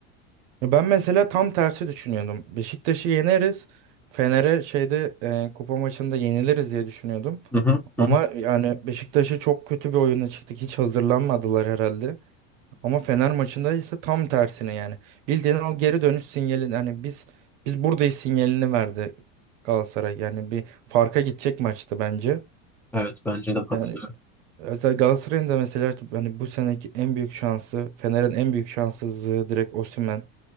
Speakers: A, on the right; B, in the centre.
A: Ya ben mesela tam tersi düşünüyordum. Beşiktaş'ı yeneriz. Fener'e şeyde e, kupa maçında yeniliriz diye düşünüyordum.
B: Hı hı,
A: Ama
B: hı hı.
A: yani Beşiktaş'ı çok kötü bir oyuna çıktık. Hiç hazırlanmadılar herhalde. Ama Fener maçında ise tam tersine yani. Bildiğin o geri dönüş sinyalini hani biz biz buradayız sinyalini verdi Galatasaray. Yani bir farka gidecek maçtı bence.
B: Evet bence de katılıyorum.
A: Yani özel Galatasaray'ın da mesela hani bu seneki en büyük şansı, Fener'in en büyük şanssızlığı direkt Osimhen.